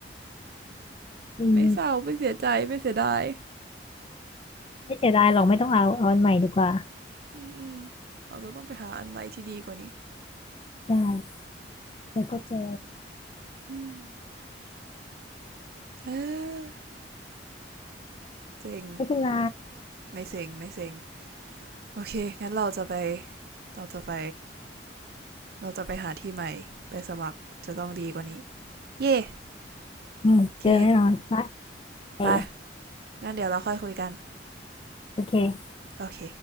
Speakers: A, on the left; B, on the right.
A: อืม
B: ไม่เศร้าไม่เสียใจไม่เสียดาย
A: ไม่เสียดายหรอกไม่ต้องเอาเอาอันใหม่ดีกว่า
B: อืมอืมเราจะต้องไปหาอันใหม่ที่ดีกว่านี้
A: ได้แล้วก็เจอ
B: อืมเฮ้อเซ็ง
A: ไม่เป็นไร
B: ไม่เซ็งไม่เซ็งโอเคงั้นเราจะไปเราจะไปเราจะไปหาที่ใหม่ไปสมัครจะต้องดีกว่านี้เย่
A: อืมเจอแน่นอนนะ
B: โอเค
A: เออ
B: ไปงั้นเดี๋ยวเราค่อยคุยกัน
A: โอเค
B: โอเค